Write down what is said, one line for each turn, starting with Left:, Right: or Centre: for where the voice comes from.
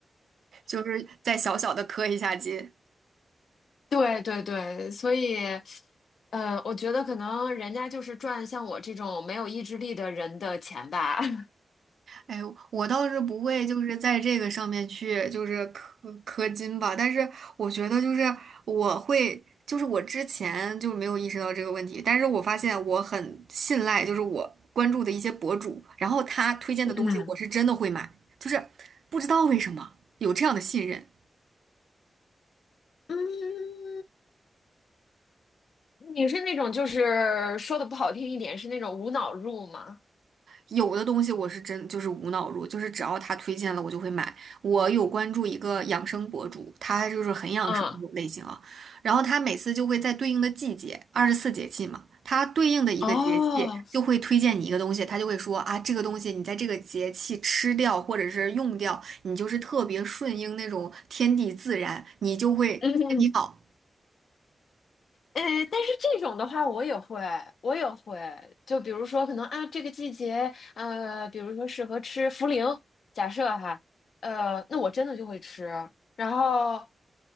Right: 就是再小小的磕一下机。
Left: 对对对，所以，呃，我觉得可能人家就是赚像我这种没有意志力的人的钱吧。<laughs>
Right: 哎，我倒是不会，就是在这个上面去，就是氪氪金吧。但是我觉得，就是我会，就是我之前就没有意识到这个问题，但是我发现我很信赖，就是我关注的一些博主，然后他推荐的东西，
Left: 嗯
Right: 我是真的会买，就是不知道为什么有这样的信任。
Left: 嗯，你是那种就是说的不好听一点，是那种无脑入吗？
Right: 有的东西我是真就是无脑入，就是只要他推荐了我就会买。我有关注一个养生博主，他就是很养生那种类型啊，
Left: 嗯，
Right: 然后他每次就会在对应的季节，二十四节气嘛，他对应的一个节气就会推荐你一个东西，
Left: 哦，
Right: 他就会说啊，这个东西你在这个节气吃掉或者是用掉，你就是特别顺应那种天地自然，你就会身体好。
Left: <laughs> 呃，但是这种的话，我也会，我也会。就比如说，可能啊，这个季节，呃，比如说适合吃茯苓，假设哈，呃，那我真的就会吃。然后，